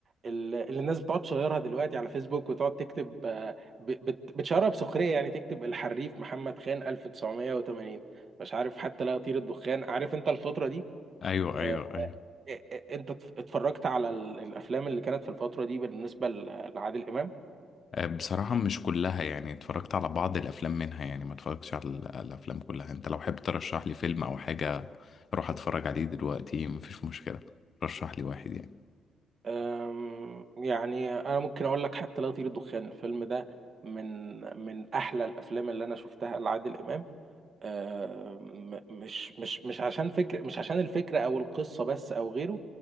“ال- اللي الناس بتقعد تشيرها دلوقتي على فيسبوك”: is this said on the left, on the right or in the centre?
Right